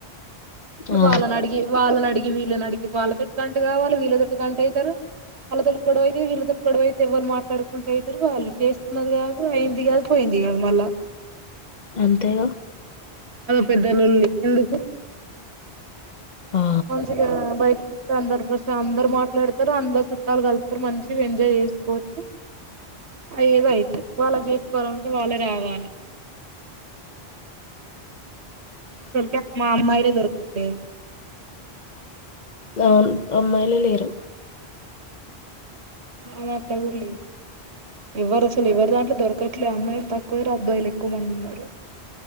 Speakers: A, on the right (about 85°); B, on the left (about 45°).
A: ఇప్పుడు
B: ఆ
A: వాళ్లని అడిగి వాళ్లని అడి ఇ వీళ్ళని అడిగి వాళ్ళతోటు కంట కావాలి వీళ్ళతోటి కంట అవుతారు. వాళ్ళతోటి గొడవ అయితే వీళ్ళతోటి గొడవ అయితే ఎవరు మాట్లాడుకుంట అవుతారు వాళ్ళు చేస్తున్నది కాదు అయింది కాదు పోయింది కాదు మళ్ళా
B: అంతేగా
A: అదో పెద్ద లొల్లి ఎందుకు
B: ఆ
A: మంచిగా బయటికి ఇస్త అందరు అందరు మాట్లాడతారు. అందరు చుట్టాలు కలుతారు మంచిగా ఎంజాయ్ చేసుకోవచ్చు అ ఏదో అయితది వాళ్ళ చేసుకోవాలంటే వాళ్ళే రావాలే అసలుకే మా అమ్మాయి హే దొరకట్లేదు
B: అవున్ అమ్మాయిల లేరు
A: మా దాంట్లో కూడా లేరు ఎవరు అసలు ఎవరి దాంట్లో దొరకట్లేదు అమ్మాయిలు తక్కువరు అబ్బాయిలు ఎక్కువ మంది ఉన్నారు